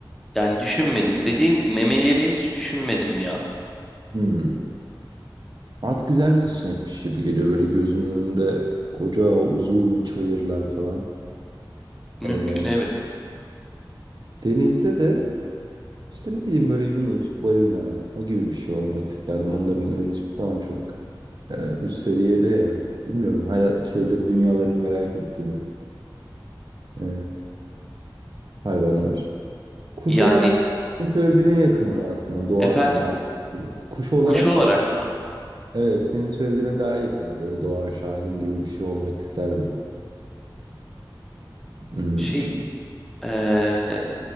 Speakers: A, in the centre; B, on the right.
A: Yani düşünmedim. Dediğim gibi memeleri hiç düşünmedim ya.
B: Hmm. At güzel bir seçenekmiş gibi geliyor. Böyle gözümün önünde koca uzun çayırlar falan.
A: Mümkün
B: Eğlence.
A: evet.
B: Denizde de işte ne bileyim böyle Yunus, balina o gibi bir şey olmak isterdim. Onların iletişim falan çok e, üst seviyede ya. Bilmiyorum hayat şeyleri dünyalarını merak ettiğim e, hayvanlar. Kuş
A: Yani
B: olarak söylediğine yakınım aslında Doğan
A: efendim
B: Şahin. gibi. Kuş olarak
A: kuş olarak
B: da senin,
A: mı?
B: evet senin söylediğine daha yakınım. Böyle Doğan Şahin gibi bir şey olmak isterdim. Hmm.
A: Şey eee,